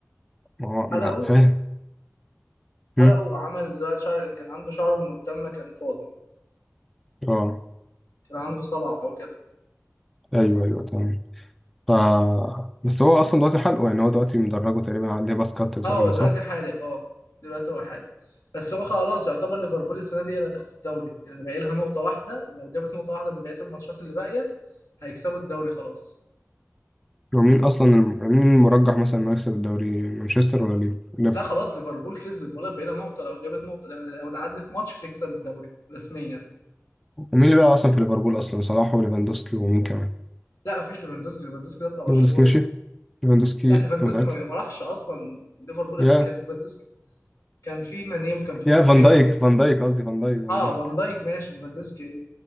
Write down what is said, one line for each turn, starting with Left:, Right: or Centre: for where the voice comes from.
Centre: ما هو من
Left: حلقه
Centre: فاهم مم.
Left: حلقه وعمل زراعة شعر لأن كان عنده شعره من قدام ما كان فاضي
Centre: اه
Left: كان عنده صلع وكده
Centre: ايوه ايوه تمام ف بس هو اصلا دلوقتي حلقه يعني هو دلوقتي مدرجه تقريبا عليه باس كات تقريبا
Left: اه هو دلوقتي
Centre: صح؟
Left: حالق اه دلوقتي هو حالق بس هو خلاص يعتبر ليفربول السنة دي هي اللي هتاخد الدوري يعني باقي لها نقطة واحدة لو جابت نقطة واحدة من بقية الماتشات اللي باقية هيكسبوا الدوري خلاص
Centre: ومين اصلا مين المرجح مثلا انه يكسب الدوري مانشستر ولا ليف- ليفربول؟
Left: لا خلاص ليفربول كسبت ولا بقى لها نقطة لو جابت نقطة لو تعدت ماتش تكسب الدوري رسميا
Centre: ومين اللي بقى اصلا في ليفربول اصلا صلاح وليفاندوسكي ومين كمان؟
Left: لا مفيش ليفاندوسكي ليفاندوسكي ده بتاع برشلونة
Centre: ليفاندوسكي مشي؟ ليفاندوسكي
Left: لا ليفاندوسكي
Centre: متأكد؟
Left: ما ما راحش اصلا ليفربول
Centre: يا
Left: قبل كده ليفاندوسكي كان في ماني وكان في
Centre: يا
Left: فيرمينيو
Centre: فان دايك فان دايك قصدي فان دايك فان
Left: اه
Centre: دايك
Left: فان دايك ماشي ليفاندوسكي